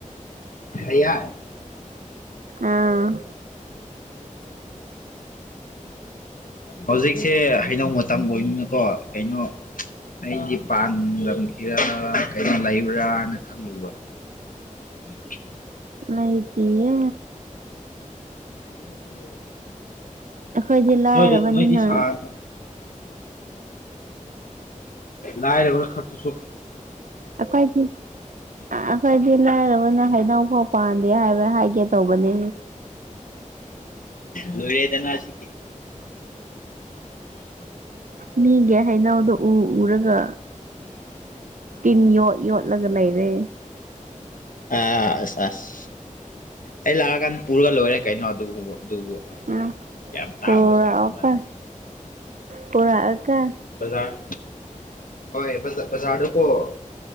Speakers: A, on the left; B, on the right.
A: ꯍ ꯌꯥꯏ
B: ꯑꯥ
A: ꯑ ꯍꯧꯖꯤꯛꯁꯦ ꯍꯩꯅꯧ ꯃꯇꯝ ꯑꯣꯏꯅꯤꯅꯀꯣ ꯀꯩꯅꯣ ꯑꯩꯗꯤ ꯄꯥꯟꯂꯝꯈꯤꯔ ꯀꯩꯅꯣ ꯂꯩꯕ꯭ꯔꯥꯅ ꯈꯜꯂꯨꯕ ꯎꯝ
B: ꯂꯩꯇꯌꯦ
A: ꯎ ꯐ
B: ꯑꯩꯈꯣꯏꯗꯤ ꯂꯥꯏꯔꯕꯅꯤꯅ
A: ꯃꯣꯏꯗ ꯃꯣꯏꯗꯤ ꯁꯥꯟ ꯂꯥꯏꯔꯕ꯭ꯔ ꯈꯛꯇꯁꯨꯈꯦ
B: ꯑꯩꯈꯣꯏꯁꯤ ꯑꯩꯈꯣꯏꯁꯤ ꯂꯥꯏꯔꯕꯅ ꯍꯩꯅꯧ ꯐꯥꯎ ꯄꯥꯟꯗꯦ ꯍꯥꯏꯕ ꯍꯥꯏꯒꯦ ꯇꯧꯕꯅꯦ
A: ꯂꯣꯏꯔꯗꯅꯁꯤ
B: ꯃꯤꯒꯤ ꯍꯩꯅꯎꯗꯣ ꯎ ꯎꯔꯒ ꯇꯤꯟ ꯌꯣꯠ ꯌꯣꯠꯂꯒ ꯂꯩꯔꯦ
A: ꯑ ꯑꯁ ꯑꯁ ꯑꯩ ꯂꯥꯛꯑꯀꯥꯟꯗ ꯄꯨꯔꯒ ꯂꯣꯏꯔꯦ ꯀꯩꯅꯣ ꯑꯗꯨꯕ ꯑꯗꯨꯕꯨ
B: ꯎ
A: ꯌꯥꯝ ꯇꯥꯡꯕꯁꯨ
B: ꯄꯨꯔꯥ
A: ꯅꯠꯇꯕ
B: ꯑꯣꯀ ꯄꯨꯔꯥ ꯑꯣꯀ
A: ꯖꯥ ꯍꯣꯏ ꯖꯥꯀꯣ